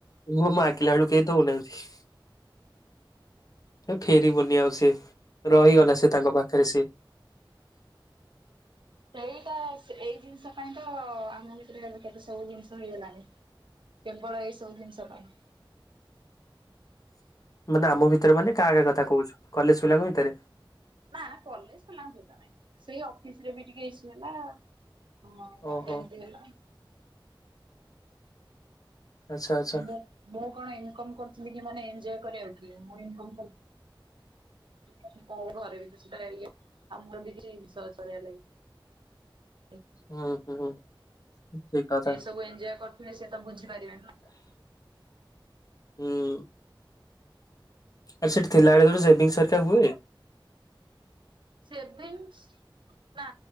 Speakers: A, on the left; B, on the right.
A: ମୁ ମାକିଲ ଆଳୁ କେହି ଦଉନାନ୍ତି ଫେରି ବୁନି ଆଉ ସି ରହିଗଲା ସେ ତାଙ୍କ ପାଖରେ ସେ
B: ସେଇଟା ଏଇ ଜିନିଷ ପାଇଁ ତ ଆମ ଭିତରେ ଏବେ କେତେ ସବୁ ଜିନିଷ ହେଇଗଲାଣିି। କେବଳ ଏଇ ସବୁ ଜିନିଷ ପାଇଁ।
A: ମାନେ ଆମ ଭିତରେ ମାନେ କାହା କାହା କଥା କହୁଛୁ କଲେଜ ପିଲାଙ୍କ ଭିତରେ?
B: ନା କଲେଜ ପିଲାଙ୍କ ସହିତ ନାଇଁ ସେଇ ଅଫିସ ରେ ବି ଟିକେ ଇ ସୁ ହେଲା? ହଁ ତାପରେ
A: ଓହୋ
B: ଏମିତି ହେଲା
A: ଆଚ୍ଛା ଆଚ୍ଛା
B: ମୁଁ ମୁଁ କଣ ଇନକମ୍ କରୁଥିଲି କି ମାନେ ଏଞ୍ଜୟ କରିବାକୁ କି ମୁଁ ଇନଥି <unintelligible>
A: ହୁଁ ହୁଁ ଠିକ୍ କଥା।
B: ଯିଏ ସବୁ ଏଞ୍ଜୟ କରୁଥିଲେ ସେ ତ ବୁଝିପାରିବେନି
A: ହୁଁ। ଆରେ ସେଠି
B: ନା।
A: ଥିଲାବେଳେ ତୋ ସେଭିନ୍ସ ହେରିକା ହୁଏ।
B: ସେଭିଂସ ନା